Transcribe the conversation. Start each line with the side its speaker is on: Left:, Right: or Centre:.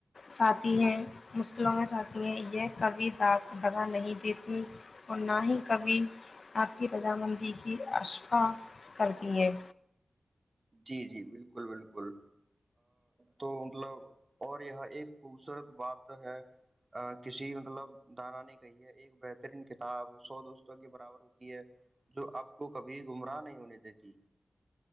Left: ساتتی ہیں مشکلوں میں س آتی ہیں یہ کبھی داغ دگا نہیں دیتی اور نہ ہی کبھی آپ کی رضامندی کی اشقا کرتی یہ
Right: جی جی بالکل بالکل تو مطلب اور یہ ایک خوبصورت بات ہے کسی مطلب دانا نے کہی ہے ایک بہترین کتاب سو دوستوں کے برابر ہوتی ہے جو آپ کو کبھی گمراہ نہیں ہونے دیتی